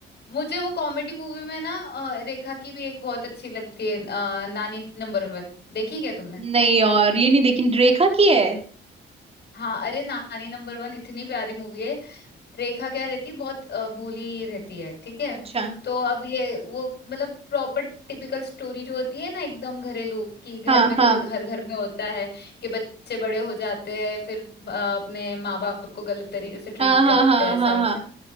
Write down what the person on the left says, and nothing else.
मुझे वो कॉमेडी मूवी में ना अ, रेखा की भी एक बहुत अच्छी लगती है अ, नानी नंबर वन देखी क्या तुमने
हाँ अरे नानी नंबर वन इतनी प्यारी मूवी है रेखा क्या रहती है बहुत अ, भोली रहती है ठीक है
तो अब ये वो मतलब प्रॉपर टिपिकल स्टोरी जो होती है ना एकदम घरेलू कि घर
में
जो हर घर में होता है कि बच्चे बड़े हो जाते हैं फिर अ, अपने माँ बाप को गलत तरीके से ट्रीट
करते
हैं ऐसा
वैसा